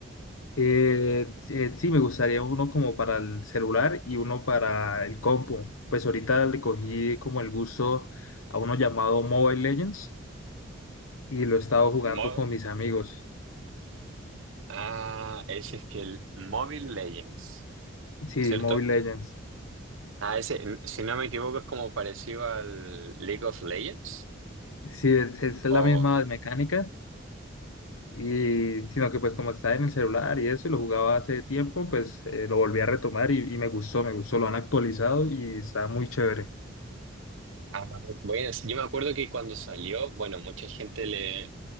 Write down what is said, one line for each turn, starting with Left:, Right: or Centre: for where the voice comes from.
Left: Eh, eh, sí, me gustaría uno como para el celular y uno para el compu. Pues ahorita le cogí como el gusto a uno llamado Mobile Legends y lo he estado jugando
Right: Mo-
Left: con mis amigos.
Right: ah, ese es que el Mobile Legends,
Left: Sí,
Right: ¿cierto?
Left: Mobile Legends.
Right: Ah, ese, si no me equivoco, es como parecido al League of Legends.
Left: Sí, es, es la
Right: O.
Left: misma mecánica, Y, sino que pues como estaba en el celular y eso, y lo jugaba hace tiempo, pues eh, lo volví a retomar y, y me gustó, me gustó, lo han actualizado y está muy chévere.
Right: Ah, bueno, sí, yo me acuerdo que cuando salió, bueno, mucha gente le